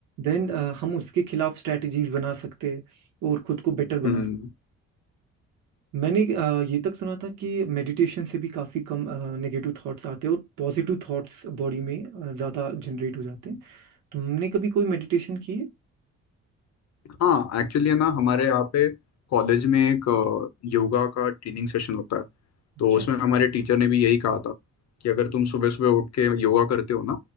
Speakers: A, on the right; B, on the left.
A: देन हम उसके खिलाफ स्ट्रेटजीज बना सकते हैं और खुद को बेटर
B: हम्म
A: बना मैंने अ, ये तक सुना था कि मेडिटेशन से भी काफ़ी कम नेगेटिव थॉट्स आते हैं और पॉजिटिव थॉट्स बॉडी में ज़्यादा जनरेट हो जाते हैं तुमने कभी कोई मेडिटेशन की है
B: हाँ एक्चुअली ना हमारे यहाँ पे कॉलेज में एक अ, योगा का ट्रेनिंग सेशन होता है तो
A: अच्छा
B: उसमें हमारे टीचर ने भी यही कहा था कि अगर तुम सुबह सुबह उठ के योगा करते हो ना